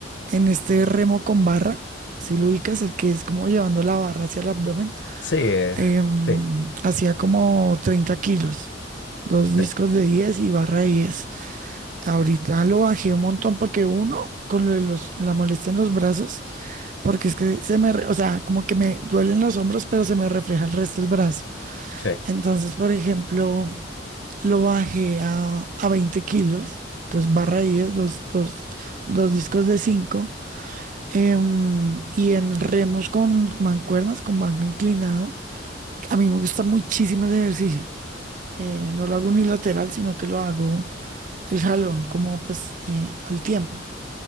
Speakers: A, on the right; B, on the left.
A: en este remo con barra, si lo ubicas, el que es como llevando la barra hacia el abdomen,
B: Sí, eh,
A: em,
B: sí,
A: hacía como 30 kilos, dos
B: sí,
A: discos de 10 y barra de diez Ahorita lo bajé un montón porque uno, con lo de los, la molestia en los brazos, porque es que se me, re- o sea, como que me duelen los hombros, pero se me refleja el resto del brazo.
B: sí.
A: Entonces, por ejemplo, lo bajé a, a 20 kilos, dos barra 10, dos, dos, dos discos de cinco em, y en remos con mancuernas, con banco inclinado. A mí me gusta muchísimo ese ejercicio. Eh, no lo hago unilateral, sino que lo hago el jalón, como pues eh, al tiempo.